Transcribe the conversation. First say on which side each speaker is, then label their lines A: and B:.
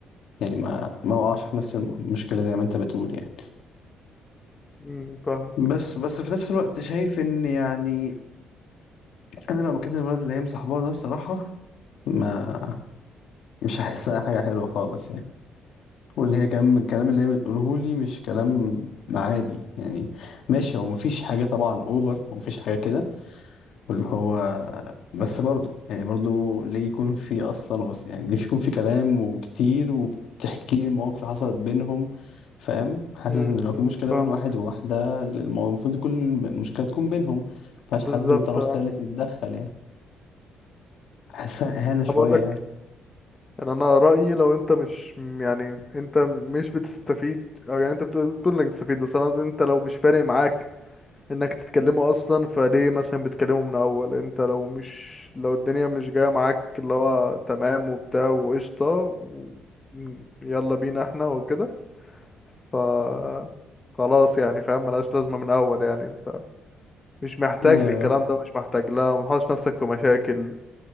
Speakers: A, on the left; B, on the left.
A: يعني ما ما اقعش في نفس المشكله زي ما انت بتقول يعني
B: امم فاهمك
A: بس بس في نفس الوقت شايف ان يعني انا لو مكان الولد اللي هي مصاحباه ده بصراحه ما مش هحسها حاجه حلوه خالص يعني واللي هي كمان من الكلام اللي هي بتقوله لي مش كلام عادي يعني ماشي هو مفيش حاجه طبعا اوفر ومفيش حاجه كده واللي هو بس برضه يعني برضه ليه يكون في اصلا بس يعني ليه يكون في كلام وكتير وبتحكي لي مواقف حصلت بينهم فاهم حاسس
B: امم
A: ان لو في مشكله
B: فاهمك
A: بين واحد وواحده المو- المفروض كل مشكله تكون بينهم مفيهاش
B: بالظبط
A: حد طرف
B: آه.
A: تالت يتدخل يعني حاسسها اهانه
B: انا
A: شويه
B: بقول لك
A: يعني
B: ان انا رايي لو انت مش يعني انت مش بتستفيد او يعني انت بتقول بتقول انك بتستفيد بس انا قصدي انت لو مش فارق معاك انك تتكلموا اصلا فليه مثلا بتكلموا من اول انت لو مش لو الدنيا مش جايه معاك اللي هو تمام وبتاع وقشطه و- يلا بينا احنا وكده ف خلاص يعني فاهم ملهاش لازمه من اول يعني انت مش محتاج
A: ايوه
B: للكلام ده مش محتاج لا متحطش نفسك في مشاكل